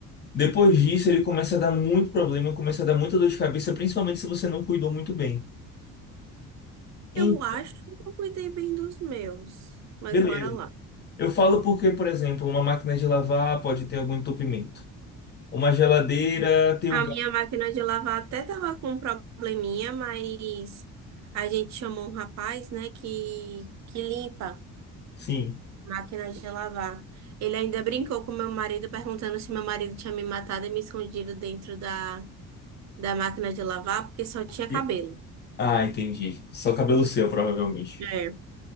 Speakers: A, on the left (about 30°); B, on the right (about 55°).
A: Depois disso, ele começa a dar muito problema, começa a dar muita dor de cabeça, principalmente se você não cuidou muito bem. Então,
B: Eu acho que eu cuidei bem dos meus, mas
A: beleza.
B: bora lá.
A: Eu falo porque, por exemplo, uma máquina de lavar pode ter algum entupimento. Uma geladeira tem
B: A
A: o
B: minha máquina de lavar até tava com um probleminha, mas a gente chamou um rapaz, né, que, que limpa.
A: Sim.
B: máquina de lavar. Ele ainda brincou com meu marido, perguntando se meu marido tinha me matado e me escondido dentro da, da máquina de lavar, porque só tinha cabelo.
A: E- Ah, entendi. Só cabelo seu, provavelmente.
B: É.